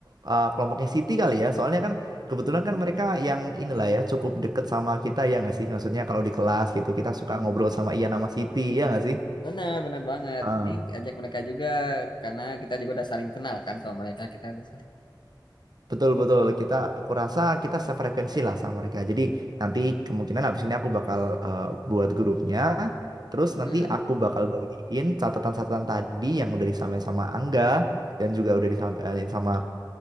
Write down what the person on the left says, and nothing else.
Benar,
<laughs>
benar benar banget.
Mending ajak mereka juga karena kita juga udah saling kenal kan sama mereka. Kita udah saling
Hmm,